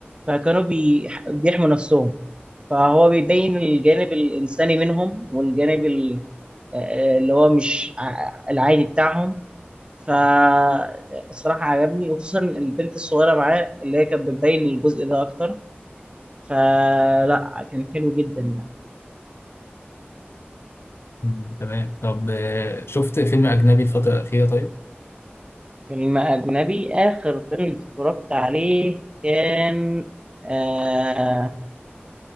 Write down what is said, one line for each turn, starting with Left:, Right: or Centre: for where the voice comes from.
Right: فكانوا بي... بيحموا نفسهم فهو بيبين الجانب الانساني منهم والجانب ال... آه، اللي هو مش ع- العادي بتاعهم فالصراحة عجبني وخصوصا البنت الصغيرة معاه اللي هي كانت بتبين الجزء ده أكتر فلا كان حلو جدا يعني
Left: مم. تمام طب آه، شفت فيلم أجنبي الفترة الأخيرة طيب؟
Right: فيلم أجنبي آخر فيلم اتفرجت عليه كان آه